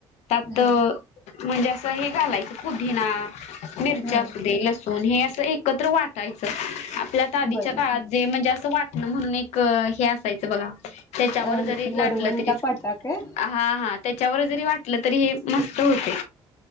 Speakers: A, on the left; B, on the left.
A: त्यात
B: हा
A: म्हणजे असं हे घालायचं पुदिना मिरच्या
B: हा
A: असू दे लसूण हे अस एकत्र वाटायचं आपल्यात आधीच्या
B: बरं
A: काळात
B: हां.
A: जे म्हणजे असं वाट म्हणून एक हे असायचं बघा त्याच्यावर
B: अ
A: जरी लाटलं
B: वरवंटा
A: तरी
B: पाटा का?
A: हा हा त्याच्यावर जरी वाटलं तरी हे मस्त होते.